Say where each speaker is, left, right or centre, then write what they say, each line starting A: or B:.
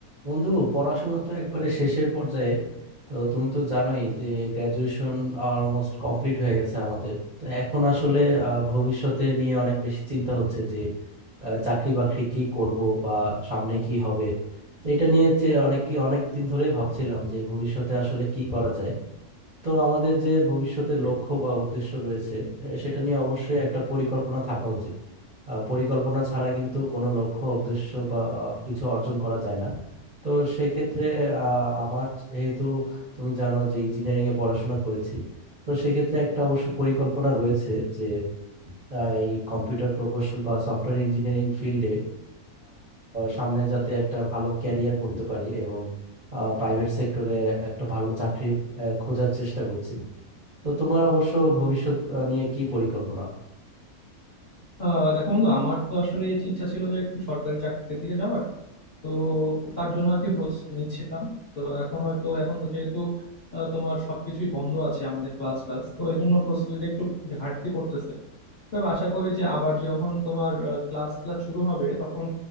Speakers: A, on the right; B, on the left.
A: বন্ধু পড়াশোনা তো একবারে শেষের পর্যায়ে তো তুমি তো জানোই যে গ্র্যাজুয়েশন অলমোস্ট কমপ্লিট হয়ে গেছে আমাদের তো এখন আসলে আহ, ভবিষ্যতে নিয়ে অনেক বেশি চিন্তা হচ্ছে যে আহ, চাকরি বাকরি কি করব বা সামনে কি হবে তো এটা নিয়ে যে অনেক কি অনেক দিন ধরে ভাবছিলাম যে ভবিষ্যতে আসলে কি করা যায় তো আমাদের যে ভবিষ্যতের লক্ষ্য বা উদ্দেশ্য রয়েছে এ, সেটা নিয়ে অবশ্যই একটা পরিকল্পনা থাকা উচিত আহ, পরিকল্পনা ছাড়া কিন্তু কোনো লক্ষ্য উদ্দেশ্য বা আহ, কিছু অর্জন করা যায় না তো সেক্ষেত্রে আহ, আমার যেহেতু তুমি জানো যে ইঞ্জিনিয়ারিং এ পড়াশোনা করেছি তো সেক্ষেত্রে একটা অবশ্য পরিকল্পনা রয়েছে যে আহ, এই কম্পিউটার প্রকৌশল বা সফটওয়্যার ইঞ্জিনিয়ারিং ফিল্ডে সামনে যাতে একটা ভালো ক্যারিয়ার করতে পারি এবং প্রাইভেট সেক্টরে একটা ভালো চাকরি আহ, খোঁজার চেষ্টা করছি তো তোমার অবশ্য ভবিষ্যৎ আহ, নিয়ে কি পরিকল্পনা
B: আহ দেখো বন্ধু আমার তো আসলে ইচ্ছা ছিল যে একটু সরকারি চাকরির দিকে যাওয়ার তো তার জন্য আর কি প্রস্তুতি নিচ্ছিলাম তো এখন হয়তো এখন তো যেহেতু আহ, তোমার সবকিছুই বন্ধ আছে আমাদের ক্লাস ক্লাস তো এই জন্য প্রস্তুতিতে একটু ঘাটতি পড়তেছে তবে আশা করি যে আবার যখন তোমার ক্লাস ক্লাস শুরু হবে তখন